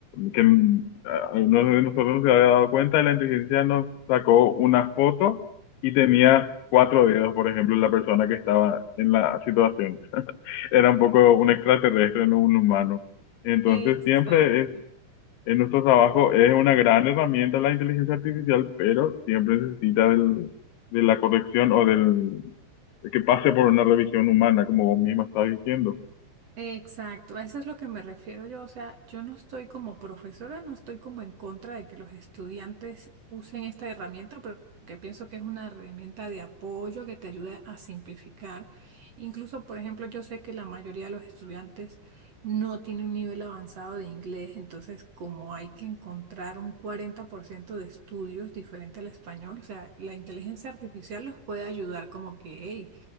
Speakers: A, on the left (about 90°); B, on the right (about 45°).
A: que mm, a- algunos de nosotros no se había dado cuenta, la inteligencia nos sacó una foto y tenía cuatro dedos, por ejemplo, la persona que estaba en la situación. <laughs> Era un poco un extraterrestre, no un humano. Entonces
B: Exacto.
A: siempre en nuestro trabajo es una gran herramienta la inteligencia artificial, pero siempre necesita del, de la corrección o del de que pase por una revisión humana, como vos misma estás diciendo.
B: Exacto, a eso es lo que me refiero yo. O sea, yo no estoy como profesora, no estoy como en contra de que los estudiantes usen esta herramienta, pero porque pienso que es una herramienta de apoyo que te ayuda a simplificar. Incluso, por ejemplo, yo sé que la mayoría de los estudiantes no tienen un nivel avanzado de inglés, entonces como hay que encontrar un 40% de estudios diferente al español, o sea, la inteligencia artificial los puede ayudar como que, hey,